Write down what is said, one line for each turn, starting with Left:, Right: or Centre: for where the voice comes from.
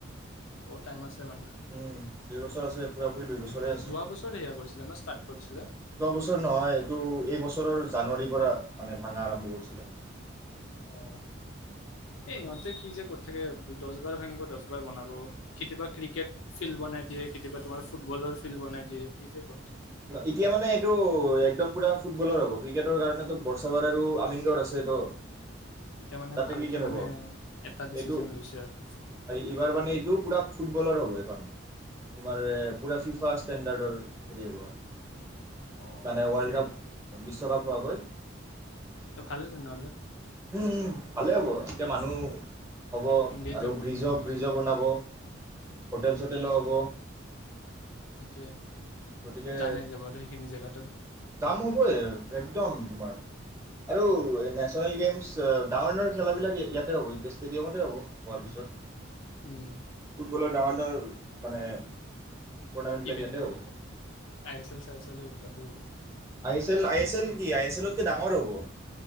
Left: বহুত তাইম আছে মানে
Right: উম। দুই বছৰ আছে পূৰা দু বছৰে আছে
Left: যোৱা
Right: যোৱা
Left: বছৰ সেয়া কৰিছিলে ন ষ্টাৰ্ট কৰিছিলে
Right: বছৰ নহয় এইটো এই বছৰৰ। জানুৱাৰীৰ পৰা মানে ভাঙা আৰম্ভ কৰিছিলে।
Left: অ এই ইহঁতে কি যে কৰি থাকে দহ বাৰ ভাঙিব দহ বাৰ বনাব। কেতিয়াবা ক্ৰিকেট ফিল্ড বনাই। দিয়ে কেতিয়াবা তোমাৰ ফুটবলৰ ফিল্ড বনাই দিয় কি যে ক
Right: এতিয়া মানে এইটো একদম পুৰা। ফুটবলৰ হ'ব ক্ৰিকেটৰ কাৰণো বৰ্ষাপাৰ আৰু আমিনগড় আছে তো
Left: এতিয়া মানে
Right: তাতে
Left: ভালকে
Right: ক্ৰিকেট হ'ব
Left: মানে এটা ডিচিজন
Right: এইটো
Left: লৈছে আৰু
Right: এইবাৰ মানে এইটো পুৰা ফুটবলৰ হ'ব। তোমাৰ পোৰা ফিফাষ্টাৰ্ হেৰি হব আৰু
Left: অ
Right: মানে ৱৰ্ল্ড কাপ বিশ্বকাপ হোৱাকৈ।
Left: এ ভালে তেনেহ'লে।
Right: উম উম ভালে হ'ব এতিয়া মানুহ। হ'ব
Left: এংগেজ
Right: আৰু
Left: হ'ব
Right: ব্ৰিজো
Left: তোমাৰ ভাল
Right: ব্ৰিজো
Left: হ'ব
Right: বনাব হোটেল
Left: উম
Right: চোটেলো হ'ব।
Left: সেইটোৱে
Right: যে
Left: জানাই যাব আৰু সেইখিনি জেগাত আৰু
Right: যাম হ'বই একদম। তোমাৰ আৰু নেশচনেল গেমছ ডাঙৰ ডাঙৰ খেলাবিলাক ইয়াতে হ'ব এতিয়া ষ্টেডিয়ামতে হ'ব হোৱাৰ পিছত
Left: উম সেইটোৱে
Right: ফুটবলৰ ডাঙৰ ডাঙৰ মানে। টোৰ্ণামেণ্ট বিলাক
Left: ইভেন্টবোৰ
Right: ইয়াতে‌ হব।
Left: আই এছ এল চাই এছ এল এইবিলাকো
Right: I S L I S L কি আই এছ এলতকে ডাঙৰ হ'ব